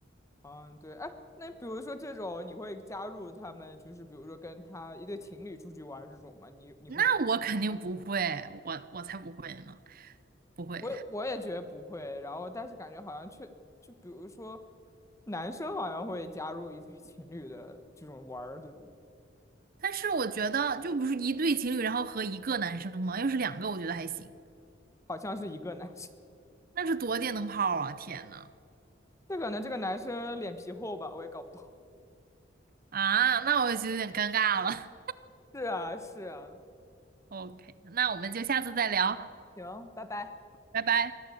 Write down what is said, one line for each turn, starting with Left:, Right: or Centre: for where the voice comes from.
Left: 嗯，对，哎，那比如说这种，你会加入他们，就是比如说跟他一对情侣出去玩儿这种吗？你你会有？
Right: 那我肯定不会，我我才不会呢，不会。
Left: 我也我也觉得不会，然后但是感觉好像却就比如说男生好像会加入一对情侣的这种玩儿这种，
Right: 但是我觉得就不是一对情侣，然后和一个男生吗？要是两个，我觉得还行。
Left: 好像是一个男生，
Right: 那是多电灯泡啊！天呐，
Left: 但可能这个男生脸皮厚吧，我也搞不懂。
Right: 啊，那我就有点尴尬了。
Left: <laughs> 是啊，是啊，
Right: <laughs> OK，那我们就下次再聊，
Left: 行，拜拜。
Right: 拜拜。